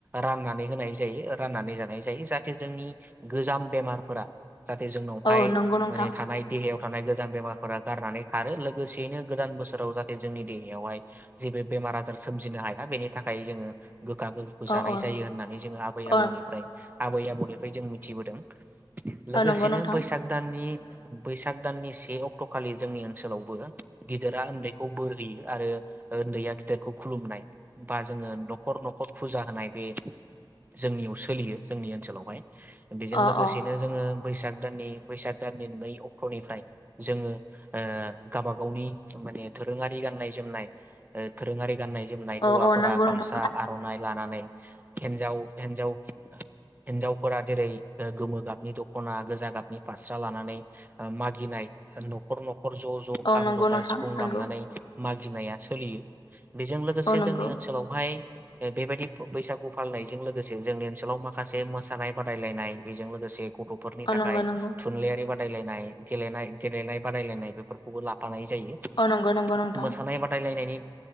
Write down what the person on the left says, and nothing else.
औ नंगौ नोंथां
औ
औ
अ
औ नंगौ नोंथां
अ
अ
औ औ नंगौ
नोंथां
औ
नंगौ
नोंथां
नंगौ
औ नंगौ
अ
नंगौ नंगौ
अ नंगौ नंगौ नोंथां